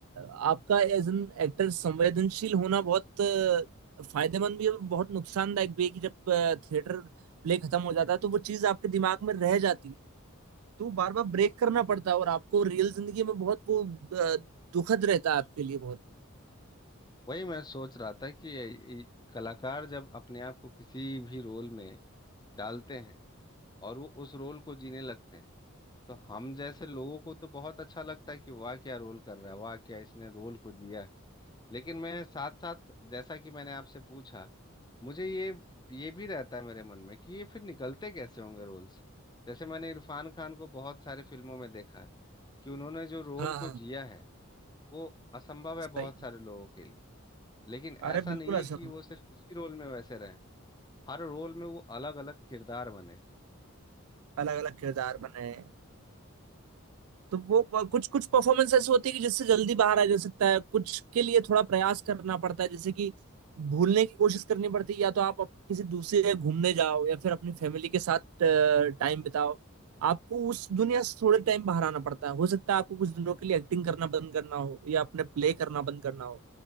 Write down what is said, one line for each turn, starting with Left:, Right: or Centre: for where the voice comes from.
Right: आपका एज एन एक्टर संवेदनशील होना बहुत अ, फायदेमंद भी है और बहुत नुकसानदायक भी है कि जब थिएटर प्ले खत्म हो जाता है तो वो चीज आपके दिमाग में रह जाती है तो बार बार ब्रेक करना पड़ता है और आपको रियल जिंदगी में बहुत वो अ, दुखद रहता है आपके लिए बहुत
Left: वही मैं सोच रहा था कि ये- ये कलाकार जब अपने आप को किसी भी रोल में डालते हैं और वो उस रोल को जीने लगते हैं तो हम जैसे लोगों को तो बहुत अच्छा लगता है कि वाह क्या रोल कर रहा है वाह क्या इसने रोल को जिया है। लेकिन मैं साथ साथ जैसा कि मैंने आपसे पूछा मुझे ये ये भी रहता है मेरे मन में कि ये फिर निकलते कैसे होंगे रोल से जैसे मैंने इरफान खान को बहुत सारी फिल्मों में देखा है कि उन्होंने जो रोल
Right: हाँ
Left: को
Right: हाँ
Left: जिया है वो असंभव है
Right: सही
Left: बहुत सारे लोगों के लिए लेकिन
Right: अरे
Left: ऐसा
Right: बिल्कुल
Left: नहीं है
Right: असल
Left: कि वो सिर्फ उसी रोल में वैसे रहें हर रोल में वो अलग अलग किरदार बने
Right: अलग अलग किरदार बने हैं तो वो कुछ कुछ परफॉर्मेंस ऐसी होती है कि जिससे जल्दी बाहर आ जा सकता है कुछ के लिए थोड़ा प्रयास करना पड़ता है जैसे कि भूलने की कोशिश करनी पड़ती है या तो आप अप- किसी दूसरे जगह घूमने जाओ या फिर अपनी फैमिली के साथ टाइम बिताओ आपको उस दुनिया से थोड़े टाइम बाहर आना पड़ता है हो सकता है आपको कुछ दिनों के लिए एक्टिंग करना बंद करना हो या अपने प्ले करना बंद करना हो